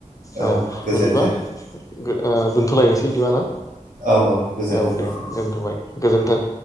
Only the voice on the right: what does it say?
औ गोजोन्थों
औ गोजोन्थों
नोंथां